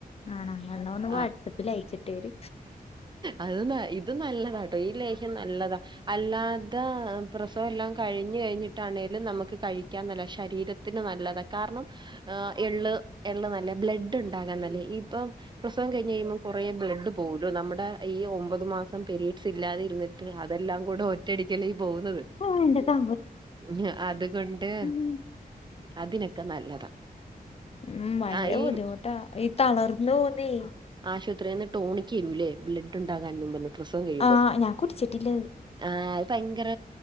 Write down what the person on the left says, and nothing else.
ആണോ എന്നാ ഒന്ന് വാട്സപ്പിൽ
അയച്ചിട്ടേര്
ആഹ്‌ എന്റേതാ
ഉം
ഉം ഭയങ്കര
ബുദ്ധിമുട്ട ഈ തളർന്നു പോവുന്നേ
ആ ഞാൻ കുടിച്ചിട്ടില്ലത് <inaudible>